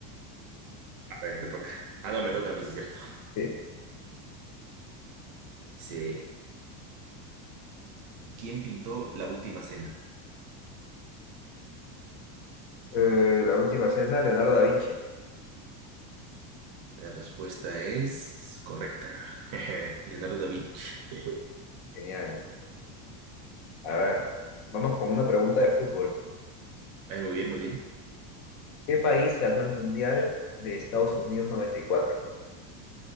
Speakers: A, on the right; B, on the left.
A: A ver, te toca. Ah, no, me toca a mí, sí, cierto.
B: Sí.
A: Dice, ¿quién pintó la última cena?
B: Eh, la última cena, Leonardo da Vinci.
A: La respuesta es correcta. <laughs> Leonardo da Vinci. <laughs>
B: Genial. A ver, vamos con una pregunta de fútbol.
A: Ay, muy bien, muy bien.
B: ¿Qué país ganó el Mundial de Estados Unidos 94?